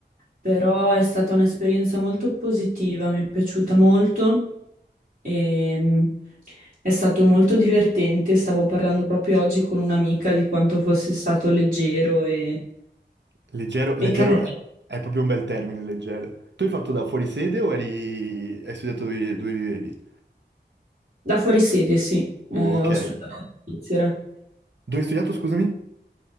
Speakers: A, on the right; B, on the right.
A: però è stata un'esperienza molto positiva, mi è piaciuta molto e mm, è stato molto divertente. Stavo parlando proprio oggi con un'amica di quanto fosse stato leggero e,
B: Leggero, leggero
A: e carino.
B: è è proprio un bel termine, leggero. Tu hai fatto da fuori sede o eri... hai studiato dove, dove vivevi?
A: Da fuori sede, sì,
B: Oh,
A: Eh,
B: ok.
A: ho studiato in Svizzera.
B: Dove hai studiato, scusami?